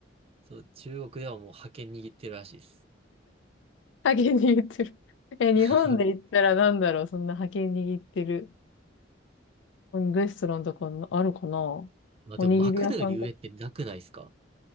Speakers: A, on the right (about 30°); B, on the left (about 70°).
A: そう、中国ではもう覇権握ってるらしいです。
B: 派遣握ってる。え、日本で言ったらなんだろう、
A: <laughs>
B: そんな派遣握ってる。レストランとかあるかな
A: まあでも、
B: おにぎり屋さんとか。
A: マクドより上ってなくないですか